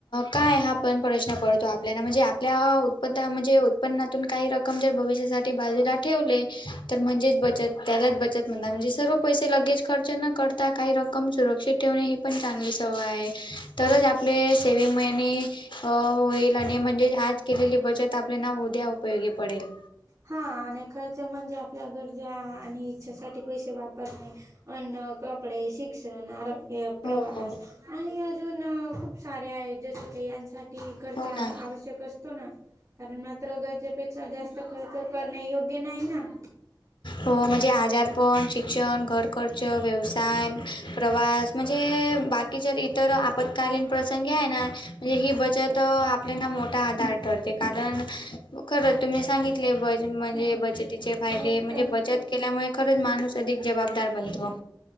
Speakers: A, on the left; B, on the right.
A: काय हा आपण प्रश्न पडतो आपल्याला म्हणजे आपल्या उत्पन म्हणजे उत्पन्नात तून काही रक्कम जर भविष्यासाठी बाजूला ठेवले तर म्हणजेच बचत त्यालाच बचत म्हणता म्हणजे सर्व पैसे लगेज खर्च न करता काही रकम सुरक्षित ठेवणे पण चांगली सवय आहे तरच आपले सेवीमहिनी अ होईल आणि म्हणजे आज केलेली बचत आपल्याला उद्या उपयोगी पडेल.
B: हा आणि खर्च म्हणजे आपल्या गरजा आणि इच्छेसाठी पैसे वापरणे अन्न, कपडे, शिक्षण, आरोग्य, प्रवास
A: हो हो
B: आणि अजून खूप सारे आहे जसे की यांसाठी खर्च
A: हो
B: आवश्यक
A: ना
B: असत तो ना कारण मात्र गरजेपेक्षा जास्त खर्च करणे योग्य नाही ना.
A: हो म्हणजे आजारपण, शिक्षण, घर खर्च, व्यवसाय, प्रवास म्हणजे बाकी जर इतर आपत्कालीन प्रसंगी आहे ना म्हणजे ही बचत आप आपल्याना मोठा आधार ठरते कारण खरं तुम्ही सांगितले ब म्हणजे
B: हा
A: बच तिचे फायदे
B: आणि
A: म्हणजे
B: प्र
A: बचत केल्यामुळे खरंच माणूस अधिक जबाबदार बनतो.